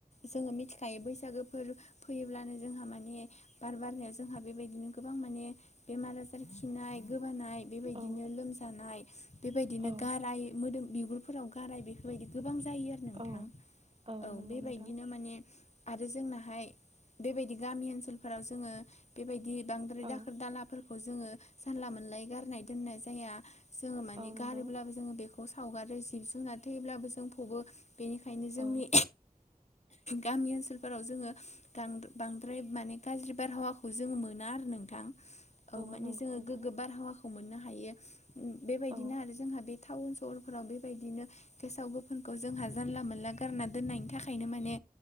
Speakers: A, on the left; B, on the right.
A: जोङो मिथिखायो बैसागोफोर फैयोब्लानो जोंहा माने बार बारनायाव जोंहा बेबायदिनो गोबां माने बेमार आजार खिनाय गोबानाय बेबायदिनो
B: औ
A: लोमजानाय बेबायदिनो
B: औ
A: गाराय, मोदोम, बिगुर फोराव गाराय बेफोरबायदि गोबां जायो आरो नोंथां
B: औ
A: औ
B: नंगौ
A: बेबायदिनो
B: नोंथां
A: माने आरो जोंनाहाय बेबायदि गामि ओनसोलफोराव जोङो बेबायदि बांद्राय
B: औ
A: दाखोर दाला फोरखौ जोङो जानला मोनलायै गारनाय दोननाय जाया जोङो माने
B: औ नंगौ
A: गारोब्लाबो जोङो बेखौ सावगारो जिब जुनार थेब्लाबो जों फबो बेनिखायनो जोंनि
B: औ
A: गामि ओनसोलफोराव जोङो गां बांद्राय माने गाज्रि बारहावाखौ जोङो मोना आरो नोंथां औ माने
B: नंगौ
A: जोङो
B: नोंथां
A: गोग्गो बारहावाखौ मोननो हायो बेबायदिनो
B: औ
A: आरो जोंहा बे टाउन सहरफोराव बेबायदिनो गेसाव गोफोनखौ जोंहा जानला मोनला गारना दोननायनि थाखायनो माने